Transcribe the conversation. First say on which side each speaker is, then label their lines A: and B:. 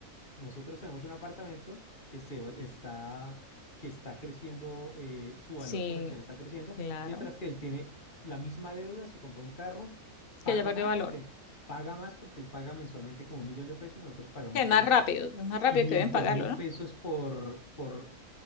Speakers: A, on the left (about 35°); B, on the left (about 50°).
A: Nosotros tenemos un apartamento que, se, va- está, que está creciendo, eh, su
B: Sí,
A: valor comercial está creciendo,
B: claro.
A: mientras que él tiene la misma deuda, se compró un carro, paga
B: Que ya perdió
A: más
B: valor.
A: porque, paga más porque él paga mensualmente como un millón de pesos, nosotros pagamos
B: Es más rápido, es más rápido
A: quinientos
B: que deben pagarlo,
A: mil
B: ¿no?
A: pesos por, por